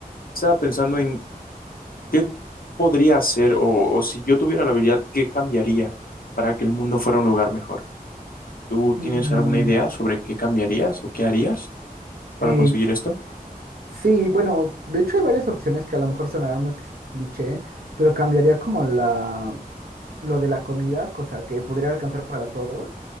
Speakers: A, on the left (about 65°); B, on the right (about 80°).
A: estaba pensando en ¿Qué podría hacer o, o si yo tuviera la habilidad, qué cambiaría para que el mundo fuera un lugar mejor? ¿Tú
B: Mm,
A: tienes alguna idea sobre qué cambiarías o qué harías para
B: eh,
A: conseguir esto?
B: sí, bueno, de hecho hay varias opciones que a lo mejor sonarán muy cl- cliché, pero cambiaría como la, lo de la comida, cosa que podría alcanzar para todos,